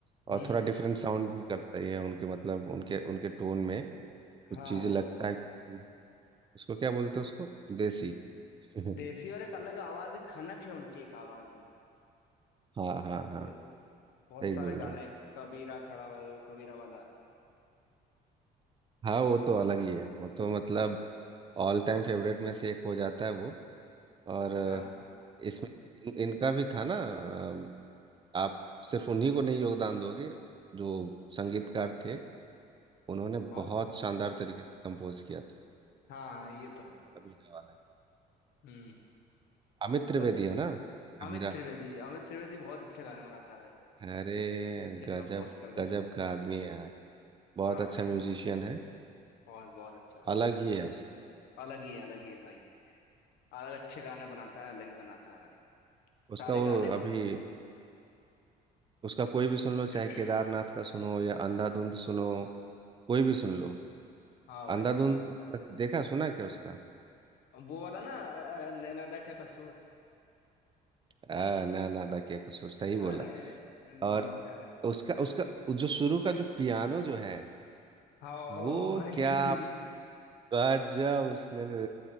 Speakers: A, on the right (about 30°); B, on the left (about 80°).
A: और
B: हम्म
A: थोड़ा डिफरेंट साउंड भी करता ही है उनके मतलब उनके उनके टोन में कुछ
B: हाँ
A: चीजें लगता है कि उसको क्या बोलते हैं उसको देसी <laughs>
B: देसी और एक अलग आवाज है खनक है उनकी एक आवाज में
A: हाँ हाँ हाँ
B: जो
A: सही
B: बहुत सारे
A: बोल
B: गाने
A: रहे हो
B: कबीरा खड़ा वाला वो कबीरा वाला <clears throat>
A: हाँ वो तो अलग ही है वो तो मतलब ऑल टाइम फेवरेट में से एक हो जाता है वो और अ,
B: हाँ हाँ,
A: इसमें इन, इनका भी था ना अ, आप सिर्फ उन्हीं को नहीं योगदान दोगे जो संगीतकार थे उन्होंने
B: कौन
A: बहुत शानदार तरीके से कंपोज किया था
B: हाँ ये तो है
A: कबीरा वाला
B: हम्म
A: अमित त्रिवेदी
B: चल
A: है ना कबीरा
B: अमित त्रिवेदी अमित त्रिवेदी बहुत अच्छे गाने बनाता है भाई
A: अरे
B: अच्छे
A: गजब
B: कंपोज करता
A: गजब
B: है
A: का आदमी है यार बहुत
B: हाँ
A: अच्छा
B: भाई
A: म्यूजिशियन है
B: बहुत बहुत अच्छा
A: अलग ही
B: गजब
A: है उसका
B: अलग ही है अलग ही है भाई अलग अच्छे गाने बनाता है अलग ही बनाता है भाई
A: उसका
B: सारे
A: वो
B: गाने
A: अभी
B: कोई सब
A: उसका कोई भी सुन लो
B: <clears throat>
A: चाहे केदारनाथ का सुनो या अंधाधुंध सुनो कोई भी सुन लो
B: हाँ भाई
A: अंधाधुंध
B: अम,
A: तक देखा सुना क्या उसका
B: वो वाला ना अ, नैना दा क्या कसूर
A: आ, ना नादा के कसूर सही बोला
B: अरे बहुत
A: और
B: प्यारा
A: उसका उसका जो शुरू का जो पियानो जो है
B: हाँ
A: वो
B: भाई
A: क्या गजब उसने